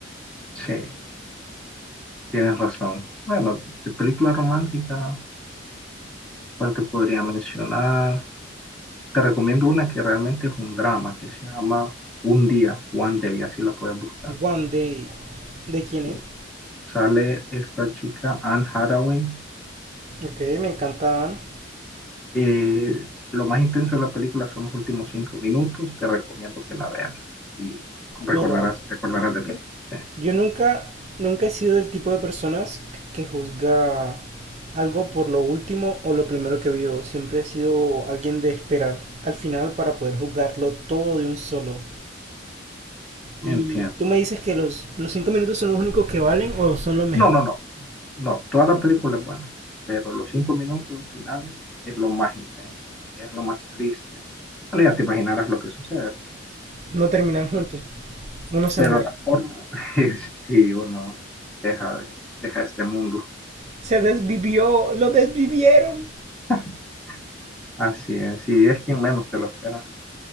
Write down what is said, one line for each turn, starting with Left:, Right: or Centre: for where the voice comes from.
Centre: Sí. Tienes razón. Bueno, de película romántica, ¿cuál te podría mencionar? Te recomiendo una que realmente es un drama, que se llama Un Día, One Day, así la puedes buscar.
Right: One Day, ¿de quién
Centre: Sí.
Right: es?
Centre: Sale esta chica, Anne Hathaway.
Right: Ok, me encantan.
Centre: Eh, lo más intenso de la película son los últimos cinco minutos. Te recomiendo que la veas y recordarás,
Right: Mira,
Centre: te acordarás de mí. Sí,
Right: Yo nunca, nunca he sido del tipo de personas que juzga algo por lo último o lo primero que vio. Siempre he sido alguien de esperar al final para poder juzgarlo todo de un solo.
Centre: entiendo.
Right: Y tú me dices que los, los cinco minutos son los únicos que valen o son lo mejor.
Centre: No, no, no. No, toda la película es buena, pero los cinco minutos finales es lo más intenso, es lo más triste. Bueno, ya te imaginarás lo que sucede, pero,
Right: No terminan juntos.
Centre: pero-
Right: Uno se
Centre: pero
Right: muere.
Centre: la forma <laughs> es si uno deja, de- deja este mundo.
Right: Se desvivió, lo desvivieron.
Centre: <laughs> Así es, si es quien menos te lo espera.